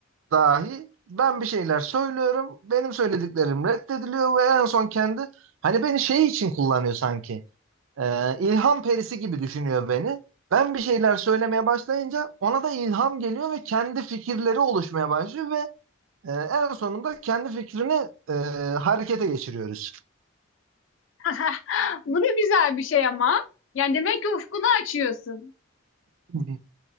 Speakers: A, on the right; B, on the left.
A: dahi ben bir şeyler söylüyorum. Benim söylediklerim reddediliyor ve en son kendi hani beni şey için kullanıyor sanki. Ee, ilham perisi gibi düşünüyor beni. Ben bir şeyler söylemeye başlayınca ona da ilham geliyor ve kendi fikirleri oluşmaya başlıyor ve e, en sonunda kendi fikrini e, harekete geçiriyoruz.
B: <laughs> Bu da güzel bir şey ama. Yani demek ki ufkunu açıyorsun.
A: <laughs>